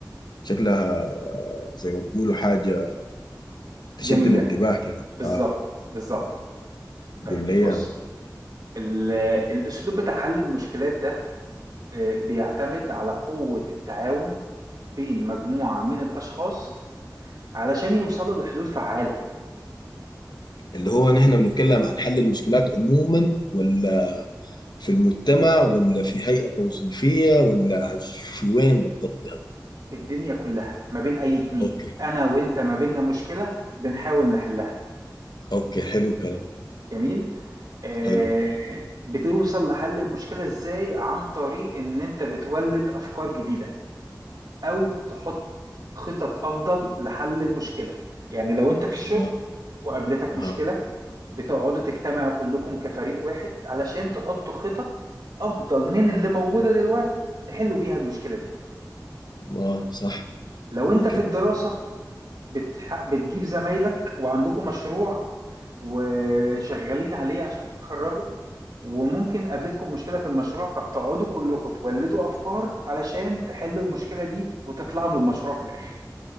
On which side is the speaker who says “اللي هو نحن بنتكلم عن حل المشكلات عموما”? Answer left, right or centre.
Left